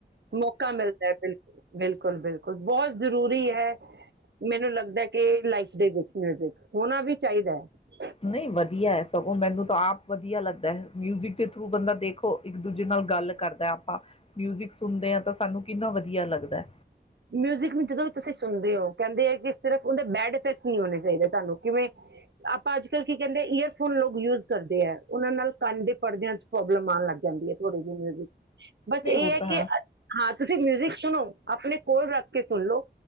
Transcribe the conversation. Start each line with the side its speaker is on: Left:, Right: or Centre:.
Right: ਮੌਕਾ ਮਿਲਦਾ ਏ, ਬਿਲਕੁਲ ਬਿਲਕੁਲ ਬਿਲਕੁਲ ਬੋਹਤ ਜ਼ਰੂਰੀ ਹੈ ਮੈਨੂੰ ਲੱਗਦੈ ਕਿ ਲਾਈਫ ਦੇ ਵਿੱਚ ਮਿਊਜ਼ਿਕ ਹੋਣਾ ਵੀ ਚਾਹੀਦਾ ਏ
Left: ਨਹੀਂ ਵਧੀਆ ਹੈ ਸਗੋਂ ਮੈਨੂੰ ਤਾਂ ਆਪ ਵਧੀਆ ਲੱਗਦਾ ਹੈ, ਮਿਊਜਿਕ ਦੇ ਥਰੂ ਬੰਦਾ ਦੇਖੋ ਇੱਕ ਦੂਜੇ ਨਾਲ ਗੱਲ ਕਰਦਾ ਆਪਾਂ ਮਿਊਜਿਕ ਸੁਣਦੇ ਹਾਂ ਤਾਂ ਸਾਨੂੰ ਕਿੰਨਾ ਵਧੀਆ ਲੱਗਦਾ ਐ।
Right: ਮਿਊਜ਼ਿਕ ਨੂੰ ਜਦੋਂ ਵੀ ਤੁਸੀਂ ਸੁਨਦੇ ਓ ਕੈਂਦੇ ਆ ਕਿ ਸਿਰਫ ਓਦੇ ਬੈਡ ਫੀਟ ਨਈ ਹੋਣੇ ਚਾਹੀਦਾ ਤਾਂ, ਕਿਵੇਂ ਆਪਾਂ ਅੱਜ-ਕੱਲ੍ਹ ਕੀ ਕੈਂਦੇ ਈਅਰ ਹੁਣ ਲੋਕ ਯੂਜ ਕਰਦੇ ਐ ਓਨਾਂ ਨਾਲ ਕਨ ਦੇ ਪਰਦਿਆਂ ਚ ਪ੍ਰੋਬਲਮ ਆਣ ਲੱਗ ਜਾਂਦੀ ਏ, <unintelligible> ਮਿਊਜ਼ਿਕ ਬਸ
Left: ਨਹੀਂ
Right: ਇਹ
Left: ਉਹ
Right: ਹੈ
Left: ਤਾਂ
Right: ਕਿ ਹਾਂ ਤੁਸੀਂ ਮਿਊਜਿਕ ਸੁਣੋ। ਆਪਣੇ ਕੋਲ ਰੱਖ ਕੇ ਸੁਣ ਲੋ,